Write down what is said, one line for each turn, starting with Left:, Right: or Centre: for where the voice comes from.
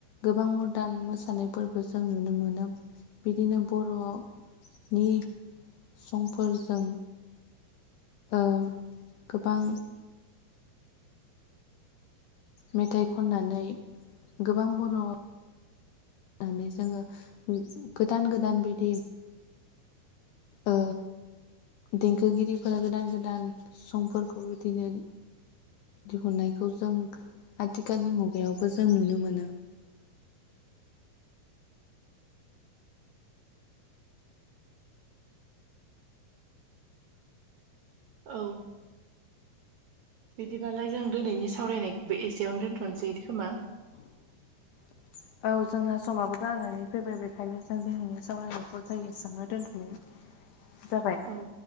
Left: गोबां मरदान मोसानायफोरबो जों नुनो मोनो बिदिनो बर'नि संफोरजों ओ गोबां मेथाइ खननानै गोबां बर' होननानै जोङो गोदान गोदान बिदि ओ देंखोगिरिफोरा गोदान गोदान संफोरखौ बिदिनो दिहुननायखौ जों आथिखालनि मुगायावबो जों नुनो मोनो <inaudible>
Right: औ बिदिबालाय जों दिनैनि सावरायनायखौबो एसेयावनो दोनथ'नोसै खोमा
Left: <inaudible> औ जोंहा समाबो जानानै फैबाय बेखायनो जों दिनैनि सावरायनायखौ जों इसेयावनो दोन्थ'नाय जाबाय
Right: औ